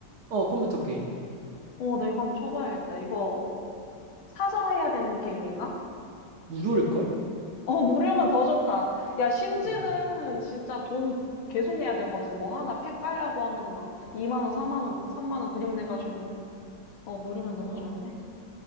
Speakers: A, on the right; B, on the left.
A: 어, 컴퓨터 게임.
B: 어, 나 이거 한번 쳐봐야겠다. 이거 사서 해야 되는 게임인가?
A: 무료일걸?
B: 어, 무료면 더 좋다. 야, 심지는
A: 어.
B: 진짜 돈 계속 내야 되거든. 뭐 하나 팩 깔려고 하면은 막 2만 원, 4만 원, 3만 원 그냥 내가지고. 어, 모르면 너무
A: 아,
B: 좋은데?